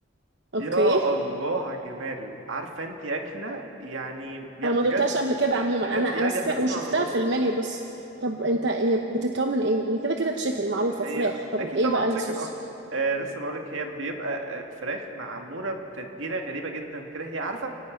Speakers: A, on the right (about 60°); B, on the right (about 80°).
A: أوكي
B: يا الله على الجمال عارفه انت اكله يعني يا-
A: أنا ما
B: بجد
A: دوتهاش قبل كده عموما
B: بجد
A: أنا أنا
B: يعجز
A: سمعت
B: اللسان
A: وشفتها
B: عن الوصف
A: في المنيو بس طب أنت هي بتتكون من إيه؟ هي كده كده تشيكن معروفة
B: هي
A: فراخ طب
B: اكيد
A: إيه
B: طبعا
A: بقى
B: تشيكن
A: الصوص؟
B: اه آه، لسه بقولك هي بيبقى آه، فراخ معموره بتتبيله غريبه جدا كده هي عارفه